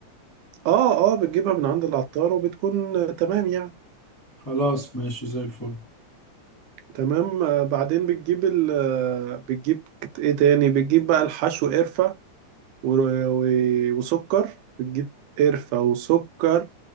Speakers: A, on the right; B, on the left.
A: اه اه بتجيبها من عند العطار وبتكون آه، تمام يعني
B: خلاص ماشي زي الفل
A: تمام آه، بعدين بتجيب ال آه، بتجيب كت- ايه تاني بتجيب بقى الحشو قرفة و- و- وسكر بتجيب قرفة وسكر